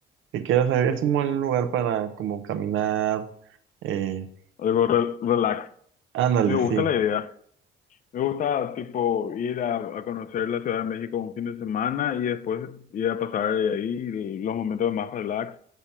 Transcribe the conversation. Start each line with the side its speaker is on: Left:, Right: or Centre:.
Right: que quieras. Es un buen lugar para como caminar, eh,
Left: algo re- relax.
Right: ándale,
Left: Me gusta
Right: sí.
Left: la idea. Me gusta, tipo, ir a, a conocer la Ciudad de México un fin de semana y después ir a pasar de ahí los momentos más relax.